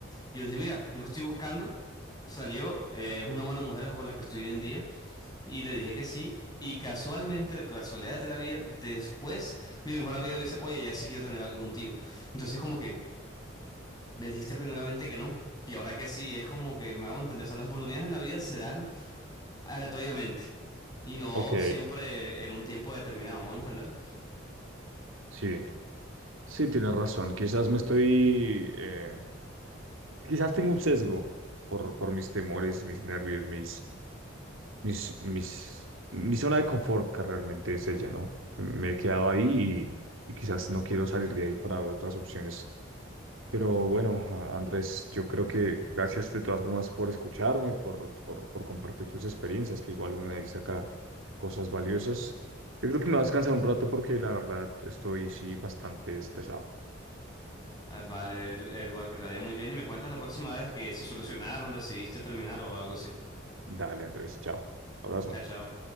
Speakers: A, on the left (about 20°); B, on the right (about 80°).
A: Y yo dije, mira, no lo estoy buscando. Salió, eh, es una buena mujer con la que estoy hoy en día. Y le dije que sí. Y casualmente, de casualidades de la vida, después mi mejor amiga me dice, oye, ya sí quiero tener algo contigo. Entonces como que me dijiste primeramente que no. Y ahora que sí, es como que me hago entender. O sea, las oportunidades en la vida se dan aleatoriamente. Y no
B: ok,
A: siempre en un tiempo determinado, vamos a entender.
B: sí, sí, tienes razón, quizás me estoy, eh, quizás tengo un sesgo por, por mis temores, mis nervios, mis, mis, mis, mi zona de confort que realmente es ella, ¿no? Me he quedado ahí y, y quizás no quiero salir de ahí para ver otras opciones. Pero bueno, a- Andrés, yo creo que gracias de todas formas por escucharme, por, por, por compartir tus experiencias, que igual uno de ahí saca cosas valiosas. Yo creo que me va a descansar un rato porque la verdad estoy sí bastante estresado.
A: Ah, Vale, Edward, que te vaya muy bien y me cuentas la próxima vez que si solucionaron, decidiste terminar o algo así.
B: Dale, Andrés, chao. Abrazo.
A: Chao, chao.